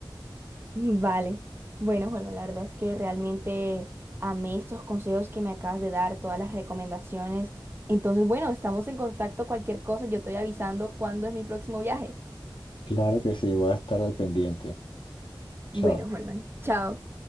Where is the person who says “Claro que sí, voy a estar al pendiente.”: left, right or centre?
Left